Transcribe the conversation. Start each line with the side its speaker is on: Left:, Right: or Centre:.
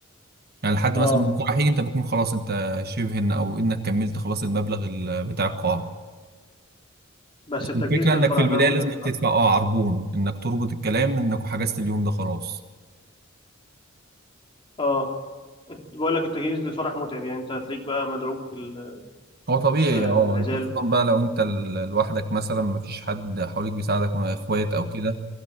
Right: يعني لحد
Left: اه
Right: مثلا من فرحي انت بتكون خلاص انت شبه ان او انك كملت خلاص المبلغ ال- بتاع القاعه
Left: بس
Right: بس
Left: التجهيز
Right: الفكره
Left: للفرح
Right: انك في البدايه
Left: ده متعب
Right: لازم تدفع
Left: صح؟
Right: اه عربون انك تربط الكلام انك حجزت اليوم ده خلاص
Left: اه الت- بقول لك التجهيز للفرح متعب يعني انت هتلاقيك بقى مدعوك في ال-
Right: هو طبيعي
Left: في العزال
Right: اه انت خصوصا
Left: وال...
Right: بقى لو انت ال- لوحدك مثلا مفيش حد حواليك بيساعدك مع اخوات او كده